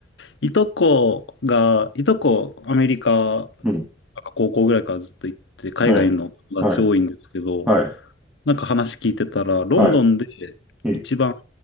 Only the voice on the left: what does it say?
いとこが、いとこ、アメリカ、
なんか高校ぐらいからずっと行って、海外の友達多いんですけど、
なんか話聞いてたら、ロンドンで
一番